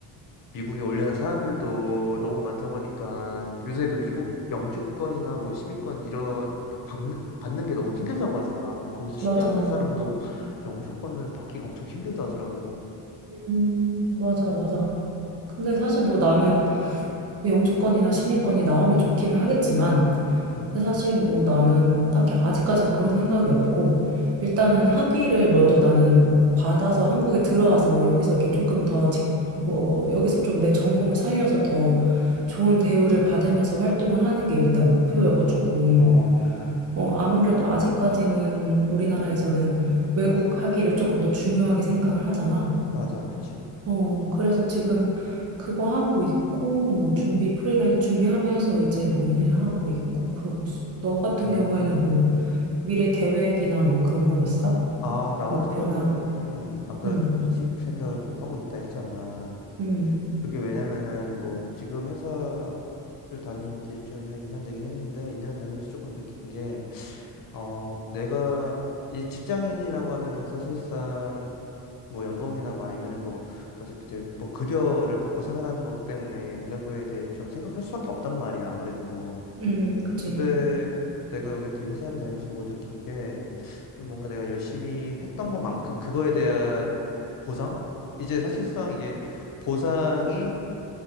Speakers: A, on the left; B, on the right.
A: 미국에 올려는 사람들도 너무 많다 보니까 요새 그 미국 영주권이나 뭐 시민권 이런 받는, 받는 게 너무 힘들다고 하잖아. 거기서 10년
B: 맞아.
A: 산 사람도 영주권을 받기가 엄청 힘들다 하더라고.
B: 음, 맞아, 맞아. 근데 사실 뭐 나는 뭐 영주권이나 시민권이 나오면 좋기는 하겠지만
A: 음,
B: 근데 사실 뭐 나는 딱히 아직까지는 그런 생각이 없고 일단은 학위를 먼저 나는 받아서 한국에 들어와서 여기서 이렇게 조금 더 직, 뭐 여기서 좀 내 전공을 살려서 더 좋은 대우를 받으면서 활동을 하는 게 일단 목표여가지고
A: 어,
B: 어 아무래도 아직까지는 우리나라에서는 외국 학위를 조금 더 중요하게 생각을 하잖아.
A: 맞아, 그치.
B: 어, 그래서 지금 그거 하고 있고, 뭐, 준비, 프리랜, 준비하면서 이제 뭐 일하고 있고, 그러고 있어. 너 같은
A: 음,
B: 경우에는 뭐, 미래 계획이나 뭐 그런 건 있어?
A: 아, 나
B: 목표나,
A: 같은 경우에는 아까
B: 응,
A: 좀 이직 생각을 좀 하고 있다 했잖아.
B: 응,
A: 그게 왜냐면은 뭐 지금 회사를 다닌 지 좀 한 2년 되긴 했는데 2년 다니면서 조금 느낀 게 어, 내가 이 직장인이라고 하면은 사실상 뭐 연봉이나 뭐 아니면은 뭐 어차피 이제 뭐 급여를 받고 생활하는 거기 때문에 그런 거에 대해 좀 생각할 수밖에 없단 말이야, 아무래도.
B: 응, 그치,
A: 근데 내가 여기 대 회사를 다니면서 보고 느낀 게 좀 뭔가 내가 열심히 했던 것만큼 그거에 대한 보상? 이제 사실상 이게 보상이